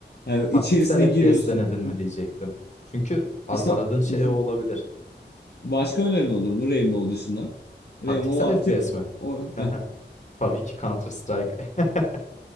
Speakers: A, on the left; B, on the left.
A: Yani
B: Taktiksel
A: içerisine
B: FPS
A: giriyorsun.
B: denedin mi diyecektim. Çünkü a
A: İşte
B: aradığın şey
A: <laughs>
B: o olabilir.
A: Başka önerin olur mu Rainbow dışında? Rainbow
B: Taktiksel FPS
A: artık
B: mi?
A: o... <laughs>
B: <laughs> Tabii ki Counter Strike. <laughs>